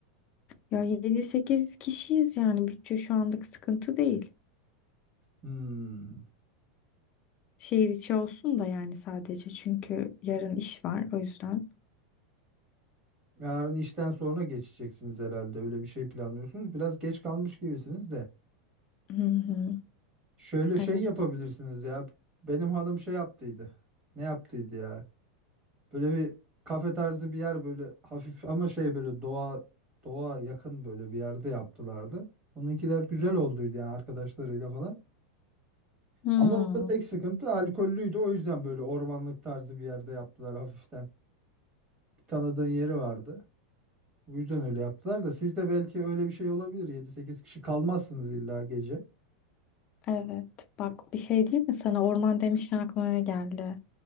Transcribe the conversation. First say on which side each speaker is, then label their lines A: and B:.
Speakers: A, on the left; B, on the right.
A: Ya 7-8 kişiyiz yani bütçe şu anlık sıkıntı değil.
B: Hmm.
A: Şehir içi olsun da yani sadece çünkü yarın iş var o yüzden.
B: Yarın işten sonra geçeceksiniz herhalde. Öyle bir şey planlıyorsunuz. Biraz geç kalmış gibisiniz de.
A: Hı hı.
B: Şöyle
A: Evet.
B: şey yapabilirsiniz ya. Benim hanım şey yaptıydı. Ne yaptıydı ya? Böyle bir kafe tarzı bir yer böyle hafif ama şey böyle doğa doğa yakın böyle bir yerde yaptılardı. Onunkiler güzel olduydu yani arkadaşlarıyla falan.
A: Hmm.
B: Ama orada tek sıkıntı alkollüydü. O yüzden böyle ormanlık tarzı bir yerde yaptılar hafiften. Bir tanıdığın yeri vardı. Bu yüzden öyle yaptılar da siz de belki öyle bir şey olabilir. yedi sekiz kişi kalmazsınız illa gece.
A: Evet. Bak bir şey diyeyim mi sana orman demişken aklıma ne geldi?